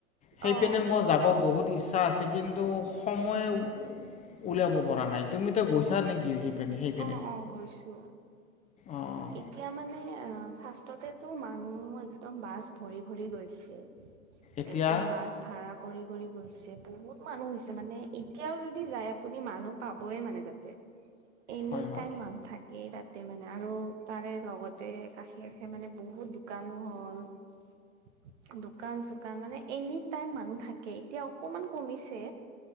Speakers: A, on the left; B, on the right.
A: সেইপিনে
B: অ',
A: মই যাব বহুত ইচ্ছা আছে, কিন্তু সময়েই উলিয়াব পৰা নাই। তুমিতো গৈছা নেকি? সেইপিনে সেইপিনে
B: অ', অ, গৈছো।
A: অঁ
B: এতিয়া মানে অ' ফাৰ্ষ্টতে মানুহ একদম বাছ ভৰি ভৰি গৈছে।
A: এতিয়া
B: একদম বাছ ভাৰা কৰি কৰি গৈছে, বহুত মানুহ হৈছে মানে এতিয়াও যদি যায় আপুনি মানুহ পাবয়েই মানে তাতেই। এনি
A: হয় হয়
B: টাইম মানুহ থাকেই তাত। মানে আৰু তাৰে লগতে কাষে কাষে মানে বহুত দোকানো হল। <inaudible> দোকান চোকান মানে এনি টাইম মানুহ থাকে এতিয়া অকমান কমিছে।